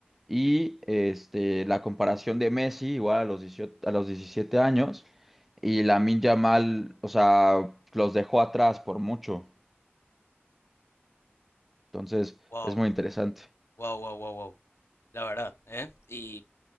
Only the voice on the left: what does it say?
Wow,
wow, wow, wow, wow. La verdad, ¿eh? Y